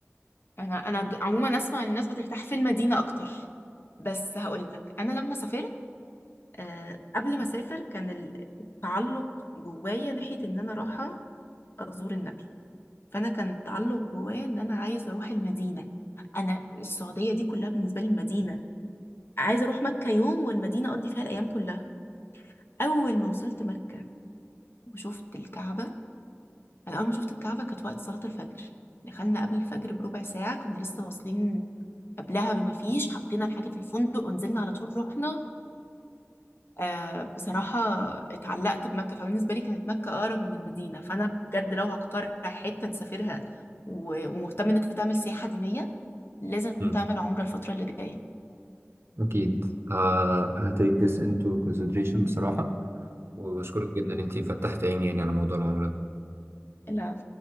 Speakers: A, on the left (about 55°); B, on the right (about 60°).
A: انا انا د- عموما اسمع ان الناس بترتاح في المدينه اكتر بس هقول لك انا لما سافرت آه قبل ما اسافر كان ال- التعلق جوايا ناحيه ان انا رايحه ازور النبي فانا كان التعلق جوايا ان انا عايزه اروح المدينه انا السعوديه دي كلها بالنسبه لي مدينه عايزه اروح مكه يوم والمدينه اقضي فيها الايام كلها اول ما وصلت مكه وشفت الكعبه انا اول ما شفت الكعبه كانت وقت صلاه الفجر دخلنا قبل الفجر بربع ساعه كنا لسه واصلين قبلها بما فيش حطينا الحاجه في الفندق ونزلنا على طول رحنا آه بصراحه اتعلقت بمكه فبالنسبه لي كانت مكه اقرب من المدينه فانا بجد لو هقترح حته تسافرها و- ومهتم ان انت تعمل سياحه دينيه لازم
B: مم.
A: تعمل عمره الفتره اللي جايه
B: أكيد ه... هتيك this into consideration بصراحة وبشكرك جدا إن أنتي فتحت عيني يعني على موضوع العمر
A: امم